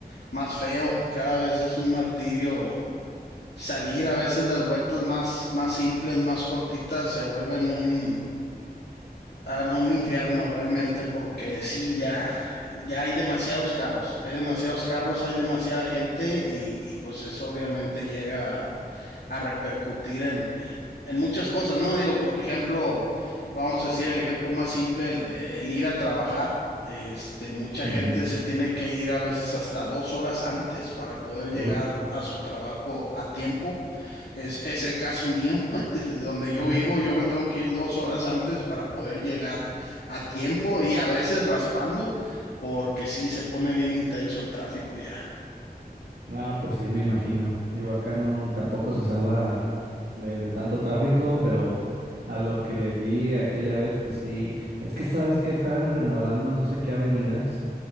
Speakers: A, on the left (about 85°); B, on the right (about 70°).
A: más feo, cada vez es un martirio salir, a veces las vueltas más, más simples, más cortitas, se vuelven un, a un infierno realmente, porque sí, ya, ya hay demasiados carros, hay demasiados carros, hay demasiada gente y, y pues eso obviamente llega a, a repercutir en, en, en muchas cosas, ¿no? Digo, por ejemplo, vamos a decir el ejemplo más simple, el, el ir a trabajar. Este, mucha
B: ujú.
A: gente se tiene que ir a veces hasta dos horas antes para poder llegar
B: Uy.
A: a su trabajo a tiempo es, es el caso mío, <laughs> de donde yo
B: <laughs>
A: vivo, yo me tengo que ir dos horas antes para poder llegar a tiempo y a veces raspando, porque sí se pone bien intenso el tráfico ya.
B: Ah, pues sí, me imagino. Digo, acá no tampoco se salva de, de tanto tráfico, pero a lo que vi aquella vez, pues sí. Es que sabes que estaban remodelando no sé qué avenidas